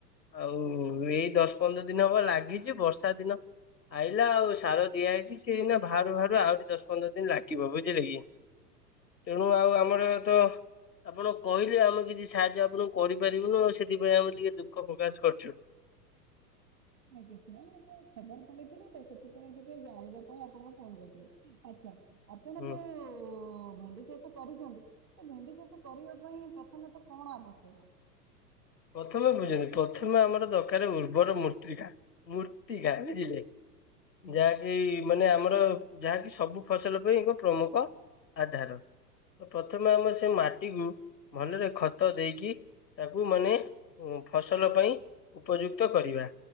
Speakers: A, on the left; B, on the right.
A: ଆଉ ଏଇ ଦଶ୍ ପନ୍ଦର ଦିନ ହବ ଲାଗିଚି ବର୍ଷା ଦିନ ଆଇଲା ଆଉ ସାର ଦିଆ ହେଇଚି। ଏଇନା ବାହାରୁ ବାହାରୁ ଆହୁରି ଦଶ ପନ୍ଦର ଦିନ ଲାଗିବ ବୁଝିଲେ କି ତେଣୁ ଆଉ ଆମର ତ ଆପଣ କହିଲେ ଆମେ କିଛି ସାହାଯ୍ୟ ଆପଣଙ୍କୁ କରିପାରିବୁନୁ ଆଉ ସେଥିପାଇଁ ଆମେ ଟିକେ ଦୁଃଖ ପ୍ରକାଶ କରିଚୁ
B: ଆଗେ। <unintelligible> ଖବର ପାଇଥିଲି ତ ସେଥିପାଇଁ ଏବେ ଟିକେ ଜାଣିବା ପାଇଁ ଆପଣଙ୍କୁ ଫୋନ କରିଥିଲି ଆଛା ଆପଣଙ୍କ
A: ହୁଁ
B: ଯୋ ଭେଣ୍ଡି ଚାଷ କରିଛନ୍ତି ତ ଭେଣ୍ଡି ଚାଷ କରିବା ପାଇଁ ପ୍ର ତମେ ତ କଣ ଆବଶ୍ୟକ?
A: ପ୍ରଥମେ ବୁଝଛନ୍ତି ପ୍ରଥମେ ଆମର ଦରକାର ଉର୍ବର ମୂର୍ତ୍ତିକା। ମୂର୍ତ୍ତିକା ବୁଝିଲେ ଯାହାକି ମାନେ ଆମର ଯାହାକି ସବୁ ଫସଲ ପାଇଁ ଏକ ପ୍ରମୁଖ ଆଧାର। ତ ପ୍ରଥମେ ଆମେ ସେ ମାଟିକୁ ଭଲରେ ଖତ ଦେଇକି ତାକୁ ମାନେ ଫସଲ ପାଇଁ ଉପଯୁକ୍ତ କରିବା।